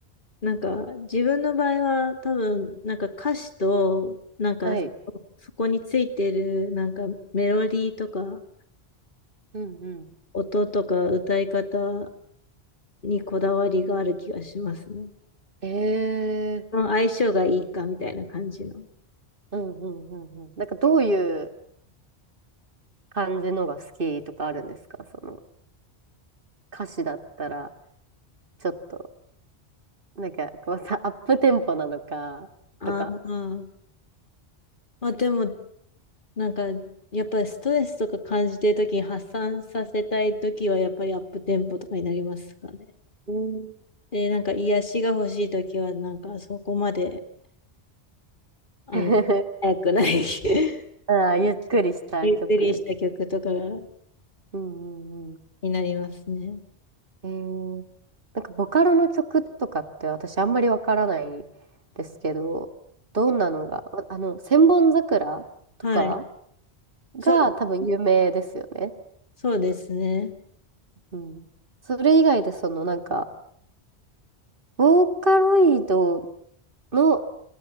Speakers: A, on the left (about 50°); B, on the right (about 55°).
A: なんか自分の場合は多分、なんか歌詞と、なんかそ
B: はい。
A: そこについてるなんかメロディーとか、
B: うんうん。
A: お音とか歌い方にこだわりがある気がしますね。
B: えー、
A: その相性がいいかみたいな感じの。
B: うんうんうんうん。なんかどういう感じのが好きとかあるんですかその歌詞だったら、ちょっと、なんか、こうさ、<laughs> アップテンポなのか、
A: あー
B: とか。
A: あ、でもなんか、やっぱりストレスとか感じてるときに発散させたいときは、やっぱりアップテンポとかになりますかね。
B: うん
A: で、なんか癒しが欲しいときは、なんかそこまで、あの、
B: <laughs>
A: 早くない <laughs>
B: ああ、ゆっくりした曲。
A: ゆっくりした曲とかが
B: うんうん
A: になりますね。
B: うん。えー、なんか、ボカロの曲とかって私あんまりわからないですけど、どんなのが、ああの、千本桜とか
A: はい。
B: が多分有名ですよね。
A: そうです、そうですね。
B: うん。それ以外で、そのなんか、ボーカロイドの